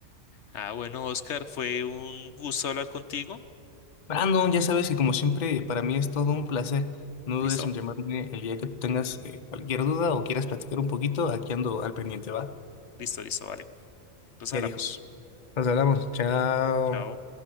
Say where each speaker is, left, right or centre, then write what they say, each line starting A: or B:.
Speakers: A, on the left; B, on the left.
A: Ah, bueno, Oscar, fue un gusto hablar contigo.
B: Brandon, ya sabes que como siempre, para mí es todo un placer. No
A: Listo,
B: dudes en llamarme el día que tengas eh, cualquier duda o quieras platicar un poquito. Aquí ando al pendiente, ¿va?
A: listo, listo, vale. Pues
B: Ya
A: hablamos.
B: dijo. Nos hablamos. Chao.
A: Chao.